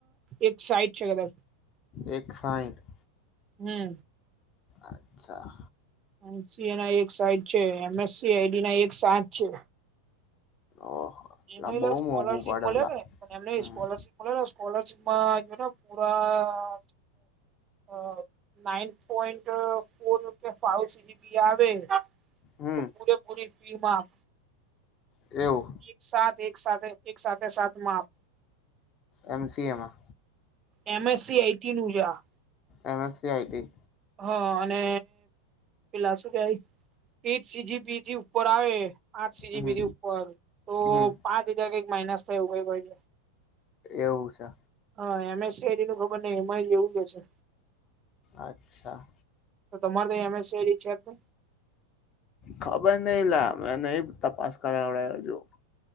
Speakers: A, on the right; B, on the left.
A: એક સાઈટ છે કદાચ
B: એક સાઇઠ
A: હમ્મ
B: અચ્છા
A: એસી એ ના એક સાઈઠ છે એમએસસી આઈડી ના એક સાત છે
B: ઓહો
A: ઈ
B: લા
A: માલે
B: બહુ
A: સ્કોલરશીપ
B: મોંઘું પડે
A: મળે
B: લા
A: ને એમને
B: હમ
A: ઈ સ્કોલરશીપ મળે ને સ્કોલરશીપમાં જો ને પૂરા અ નાઇન પોઈન્ટ ફોર રૂપિયા ફાય સી જ઼ી પી આવે
B: હમ
A: તો પૂરેપૂરી ફી માં
B: એવું
A: એક સાથ એક સાથેથે એક સાથેથે સાત માફ
B: એમસી એમાં
A: એમ એસસી આઈટી નું જે આ
B: M F C I T
A: હા અને પેલા શું કેવાય ઈટ સી જી પી જ઼ી ઉપર આવે પાંચ સી
B: હમ
A: જ઼ી પી જ઼ી ઉપર તો
B: હમ
A: પાંચ હજાર કઈક માઇનસ થાય એવું કઈ હોય છે
B: એવું છે
A: હ એમએસસીઆઈટી નું ખબર ની એમા ઈ એવું જ હશે
B: અચ્છા
A: તો તમારે તા M S C I T છે
B: ખબર ની લા મે ની તપાસ કરાવડે હજુ